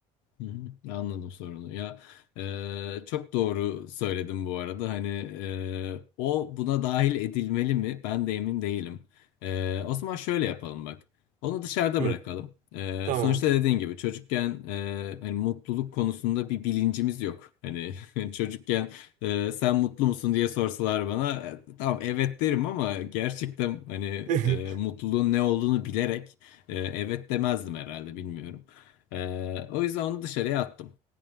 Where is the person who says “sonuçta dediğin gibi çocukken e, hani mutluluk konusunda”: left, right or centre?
Left